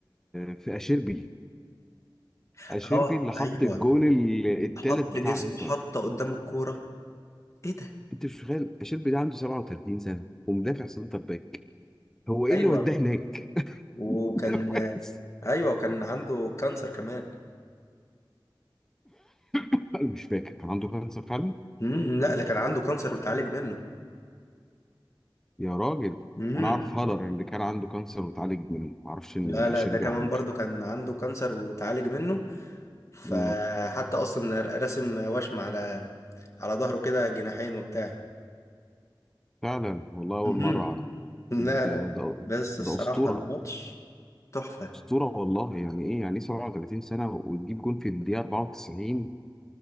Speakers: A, in the centre; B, on the left.
A: في أشيربي
B: <laughs>
A: اشيربي
B: اه
A: اللي حط
B: ايوه
A: الجون ال- التالت
B: حط
A: بتاع
B: جسمه
A: انتر
B: حط قدام الكوره ايه ده
A: انت مش متخيل اشيربي ده عنده 37 سنه ومدافع سنتر باك هو ايه
B: ايوه
A: اللي وداه هناك؟
B: وكان
A: <laughs> ده
B: آه،
A: بس.
B: ايوه وكان عنده كانسر كمان
A: انا مش فاكر كان عنده كانسر فعلا
B: امم لا ده كان عنده كانسر وتعالج منه
A: يا راجل
B: امم
A: انا اعرف هالر اللي كان عنده كانسر واتعالج منه ما اعرفش ان
B: لا
A: اشيربي
B: لا ده كمان
A: عنده
B: برضو كان عنده كانسر وتعالج منه فحتى
A: امم
B: اصلا رسم وشم على على ظهره كده جناحين وبتاع
A: فعلا والله اول
B: امم
A: مره اعرف
B: <laughs> لا
A: ده
B: لا
A: ده
B: بس
A: ده
B: الصراحة
A: اسطوره
B: الماتش تحفة
A: اسطوره والله يعني ايه يعني ايه 37 سنه وتجيب جون في الدقيقه 94